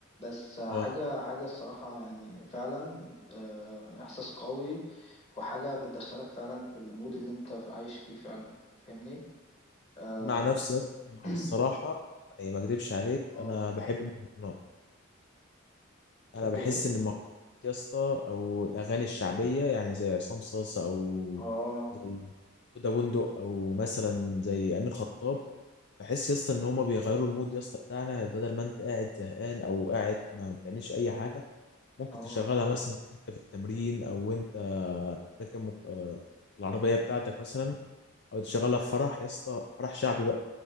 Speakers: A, on the left; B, on the left.
A: بس حاجة
B: آه.
A: حاجة الصراحة يعني فعلا آه، إحساس قوي وحاجة بتدخلك فعلا في المود اللي انت عايش فيه فعلا فاهمني اه
B: انا عن نفسي يا اسطى
A: <clears throat>
B: الصراحه يعني ما اكدبش عليك
A: اه
B: انا بحب المهرجانات
A: تحب
B: انا بحس
A: ايه
B: ان المهرجانات يا اسطى او الاغاني الشعبيه يعني زي عصام صاصه او
A: اه
B: زي هدى بندق او مثلا زي امين خطاب بحس يا اسطى ان هما بيغيروا المود يا اسطى بتاعنا بدل ما انت قاعد زهقان او قاعد ما بتعملش اي حاجه ممكن
A: اه
B: تشغلها مثلا انت في التمرين او انت راكب مك- آه، العربيه بتاعتك مثلا او تشغلها في فرح يا اسطى فرح شعبي بقى